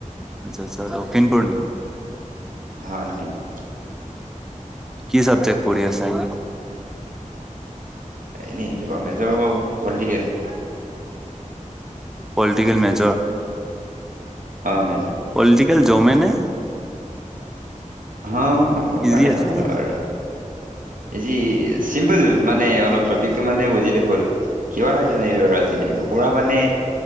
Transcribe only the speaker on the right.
হয় নেকি <unintelligible>
এনে কিবা মেজৰ পলিটিকেল
অ মেজৰ
অ মোৰ
কাৰণে
ভাল
আৰু ইজি চিম্পুল মানে অলপ টপিকটো মানে বুজিলে হ'ল কিমান <unintelligible> ৰাজনীতি পুৰা মানে